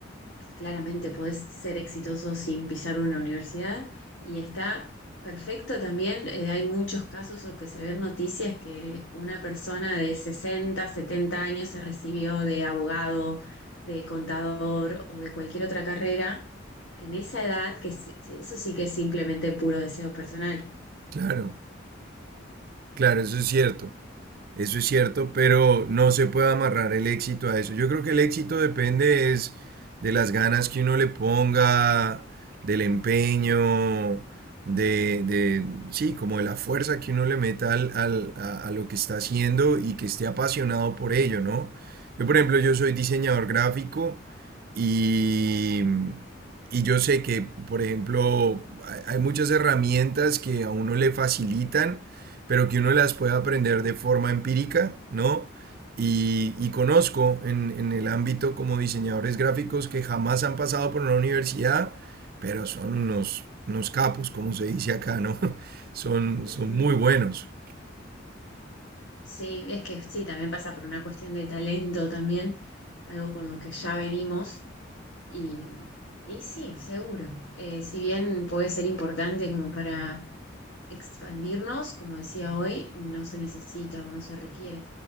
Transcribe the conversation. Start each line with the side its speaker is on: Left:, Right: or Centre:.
Left: Claramente podés ser exitoso sin pisar una universidad y está perfecto también. eh, hay muchos casos o que se ven noticias que una persona de 60, 70 años se recibió de abogado, de contador o de cualquier otra carrera en esa edad, que es- eso sí que es simplemente puro deseo personal.
Right: claro, claro, eso es cierto. Eso es cierto, pero no se puede amarrar el éxito a eso. Yo creo que el éxito depende es de las ganas que uno le ponga, del empeño, de, de sí, como de la fuerza que uno le meta al, al- a, a lo que está haciendo y que esté apasionado por ello, ¿no? Yo, por ejemplo, yo soy diseñador gráfico y, y yo sé que, por ejemplo, hay hay muchas herramientas que a uno le facilitan pero que uno las pueda aprender de forma empírica, ¿no? Y, y conozco en, en, el ámbito como diseñadores gráficos que jamás han pasado por una universidad, pero son unos, unos capos, como se dice acá, ¿no? <laughs> Son,
Left: Ujú.
Right: son muy buenos.
Left: Sí, es que sí, también pasa por una cuestión de talento también, algo con lo que ya venimos Y, y sí, seguro. Eh, si bien puede ser importante como para expandirnos, como decía hoy, no se necesita o no se requiere.